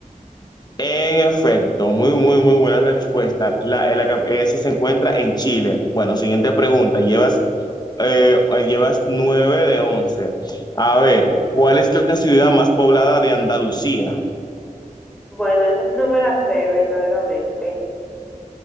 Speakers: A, on the left (about 30°); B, in the centre.
A: En efecto, muy, muy, muy buena respuesta. La, la, esa se encuentra en Chile. Bueno, siguiente pregunta. Llevas, eh, llevas 9 de once A ver, ¿cuál es la ciudad más poblada de Andalucía?
B: Bueno, esa sí no me la sé verdaderamente.